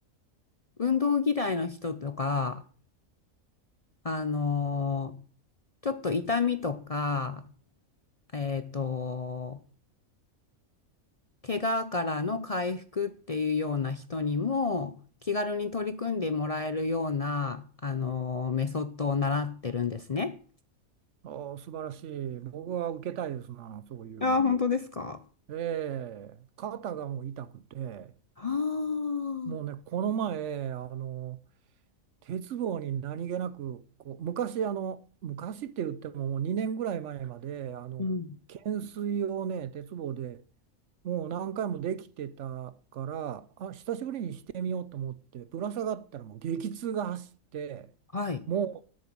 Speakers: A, on the left; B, on the right.
A: 運動嫌いの人とか、あの、ちょっと痛みとか、えっと、怪我からの回復っていうような人にも気軽に取り組んでもらえるような、あの、メソッドを習ってるんですね。
B: おー、素晴らしい。僕は受けたいですな、そういう。
A: ああ、本当ですか。
B: ええ、肩がもう痛くて、
A: ああ、
B: もうね、この前、あの、鉄棒に何気なく、こう、昔、あの、昔って言ってももう2年ぐらい前まで、あの、
A: うん。
B: 懸垂をね、鉄棒でもう何回もできてたから、あ、久しぶりにしてみようと思って、ぶら下がったらもう激痛が走って、
A: はい。
B: も